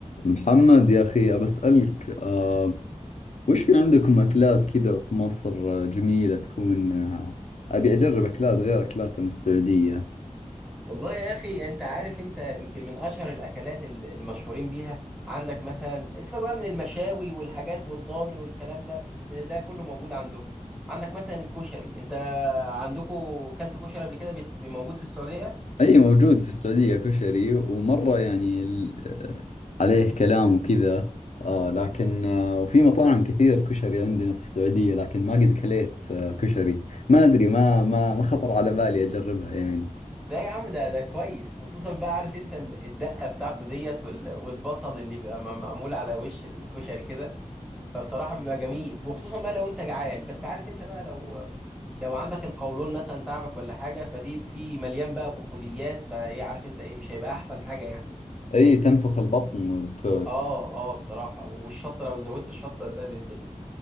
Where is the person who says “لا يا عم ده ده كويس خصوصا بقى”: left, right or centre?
Centre